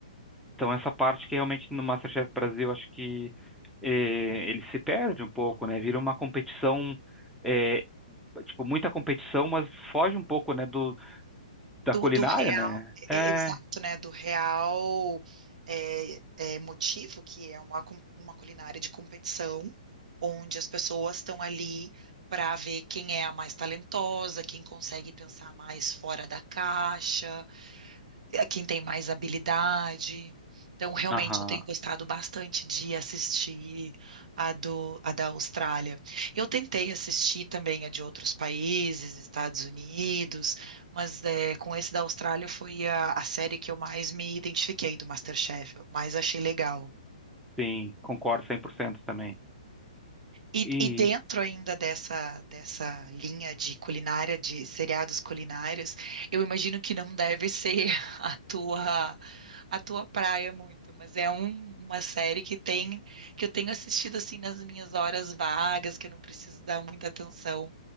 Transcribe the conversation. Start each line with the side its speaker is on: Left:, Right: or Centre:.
Centre: então essa parte que realmente no MasterChef Brasil acho que eh, ele se perde um pouco, né? Vira uma competição, eh, tipo, muita competição, mas foge um pouco, né, do
Right: Do,
Centre: da culinária,
Right: do real,
Centre: né? É,
Right: é, é exato, né? Do real é, é, motivo, que é uma, com- uma culinária de competição, onde as pessoas estão ali para ver quem é a mais talentosa, quem consegue pensar mais fora da caixa. é quem tem mais habilidade. Então, realmente,
Centre: aham,
Right: eu tenho gostado bastante de assistir a, do, a da Austrália. Eu tentei assistir também a de outros países, Estados Unidos, mas é, com esse da Austrália foi a, a série que eu mais me identifiquei do MasterChef, eu mais achei legal.
Centre: sim, concordo 100% também.
Right: E,
Centre: E
Right: e dentro ainda dessa, dessa linha de culinária, de seriados culinários, eu imagino que não deve ser <laughs> a tua, a tua praia muito, mas é um- uma série que tem, que eu tenho assistido assim nas minhas horas vagas, que eu não preciso dar muita atenção.